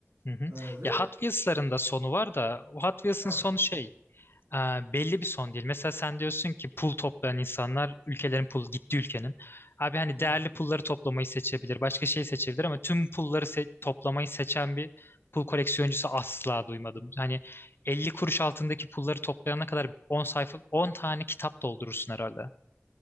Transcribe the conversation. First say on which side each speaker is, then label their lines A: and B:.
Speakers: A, on the left; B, on the right.
A: hı hı.
B: Ee, ve
A: Ya Hot Wheels'ların da sonu var da o Hot Wheels'ın
B: ha
A: sonu şey e, belli bir son değil. Mesela sen diyorsun ki pul toplayan insanlar ülkelerin pul gitti ülkenin. Abi hani
B: hı hı.
A: değerli pulları toplamayı seçebilir, başka şey seçebilir ama tüm pulları se- toplamayı seçen bir pul koleksiyoncusu asla duymadım. Hani 50 kuruş altındaki pulları toplayana kadar 10 sayfa 10 tane kitap doldurursun herhalde.